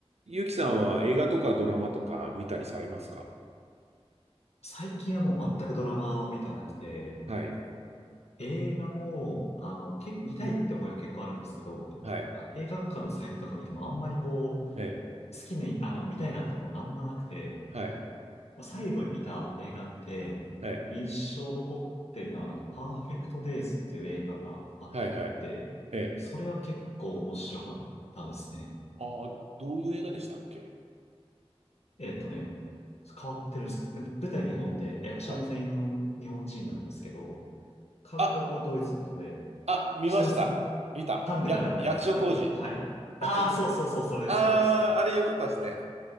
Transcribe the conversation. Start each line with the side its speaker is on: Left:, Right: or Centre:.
Right: ゆうきさんは映画とかドラマとか見たりされますか
Left: 最近はもう全くドラマを見てなくて、
Right: はい。
Left: 映画も、あの、け見たいって思いは結構あるんですけど、
Right: はい。
Left: あ、映画館のサイトとか見てもあんまりこう、
Right: ええ。
Left: 好きに、あの、見たいなと思うのあんまなくて、
Right: はい。
Left: まあ最後に見た映画で、
Right: はい。
Left: 印象残ってるのは、なんか、パーフェクトデイズっていう映画があって、
Right: はい。はい。ええ。
Left: それは結構面白かったですね。
Right: ああ、どういう映画でしたっけ
Left: えっとね、変わってるんですけど、舞台日本で、役者も全員日本、
Right: はい。
Left: 日本人なんですけど、監督はドイツの人で、
Right: あ、あ、見ました。
Left: 知ってます
Right: 見た。
Left: カンヌかなんかです。
Right: や、役所広司。
Left: は、あの、はい。
Right: 役所広司。
Left: ああ、そうそうそう、それです、
Right: ああ、
Left: それです。
Right: あれよかったですね。